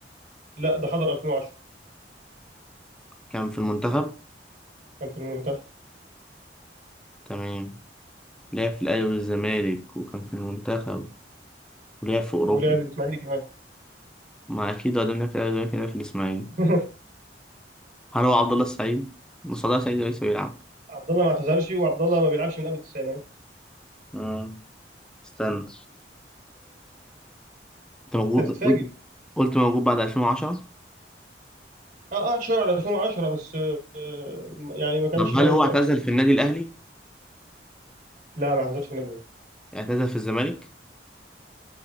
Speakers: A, on the right; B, in the centre.
A: لا ده حضر 2010
B: كان في المنتخب
A: كان في المنتخب
B: تمام لعب في الأهلي والزمالك وكان في المنتخب ولعب في أوروبا
A: ولعب الاسماعيلي كمان
B: ما أكيد قدم لعب في الأهلي والزمالك لعب في الإسماعيلي
A: <laughs>
B: هل هو عبد الله السعيد؟ مصطفى سعيد لسه بيلعب
A: عبد الله ما اعتزلش وعبد الله ما بيلعبش من قبل التسعينات
B: آه، استنى انت موجود
A: انت هتتفاجئ
B: قلت قلت موجود بعد 2010
A: اه قعد شويه على 2010 بس آه يعني ما كانش
B: طب
A: بارز
B: هل هو
A: بقى
B: اعتزل
A: خلاص
B: في النادي الاهلي
A: لا ما اعتزلش من قبل
B: اعتزل في الزمالك